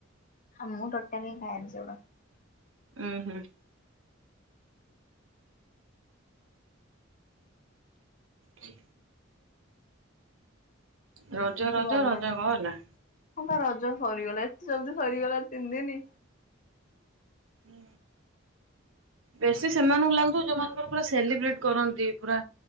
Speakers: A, on the left; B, on the right.
A: ଆଁ ମୁଁ ଟୋଟଲି ଖାଏନି ସେଗୁଡ଼ାକ।
B: ଉୁଁ ହୁଁ। ହ। ରଜ
A: ମତେ
B: ରଜ
A: ଭଲ
B: ରଜ
A: ଲାଗେନି।
B: ଗଲା।
A: ହଁ ବା ରଜ ସରିଗଲା ଏତେ ଜଲଦି ସରିଗଲା ତିନି ଦିନ।
B: ହୁଁ। ବେଶୀ ସେମାନଙ୍କୁ ଲାଗୁ ଯୋଉମାନଙ୍କର ପୁରା ସେଲିବ୍ରେଟ କରନ୍ତି ପୁରା।